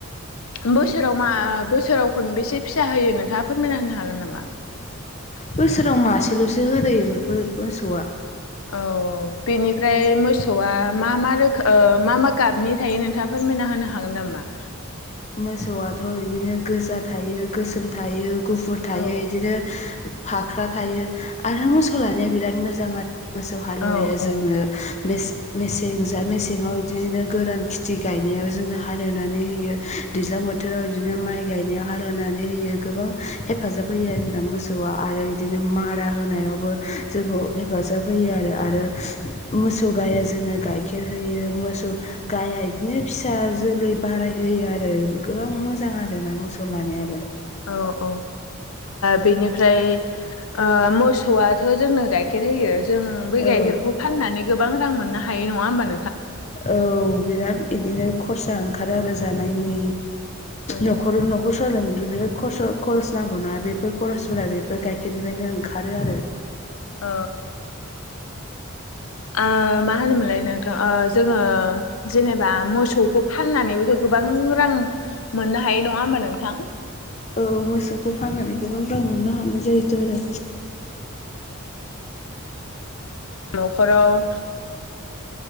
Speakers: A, on the left; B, on the left.
A: बोसोराव मा बोसोराव खनबेसे फिसा होयो नोंथाङा फोरमायना होनो हागोन नामा?
B: बोसोराव मासेल'सो होदोयो मोसौआ
A: औ औ बेनिफ्राय मोसौआ मा मा रोखोम ओ मा मा गाबनि थायो नोंथाङा फोरमायनो होनो हागोन नामा?
B: मोसौआथ' बिदिनो गोजा थायो गोसोम थायो गुफुर थायो
A: औ
B: इदिनो फाख्रा थायो आरो मोसौ लानाया बिराद मोजां आरो मोसौ हालुवाया
A: औ
B: जोंनो
A: औ
B: मेसें जा मेसेङाव इदिनो गोरान खिथि गायनायाव जोंनो हालेवनानै होयो दैज्लां बोथोराव इदिनो माइ गायनायाव हाल एवनानै होयो गोबां हेफाजाब होयो आरोना मोसौ आरो बिदिनो मारा होनायावबो जोंखौ हेफाजाब होयो आरो आरो मोस सौ गाया जोंनो गाइखेर होयो मोसौ गाया बिदिनो फिसा जोलै बाराय होयो आरो गोबां मोजां आरोना मोसौ लानायाबो
A: औ-औ बेनिफ्राय आ मोसौआथ' जोंनो गाइखे गाइखेर होयो जों बै गाइखेरखौ
B: औ
A: फाननानै गोबां मोननो हायो नङा होमबा नों
B: औ बिराद इदिनो खरसा ओंखारो आरो जानायनि
A: औ
B: न'खर न'खर सालायनो आरो बिराद खरस खरस नांगौ ना बेफोर खरसफोरा बेफोर गाइखेरनिफ्रायनो ओंखारो आरो।
A: औ ओ मा होनोमोनलाय नोंथां जोङो जेनेबा मोसौखौ फाननानै गोबां रां मोननो हायो नङा होमबा नोंथां?
B: औ मोसौखौ फाननानै गोबां रां मोननो हानाय जाहैदों आरो।
A: नखराव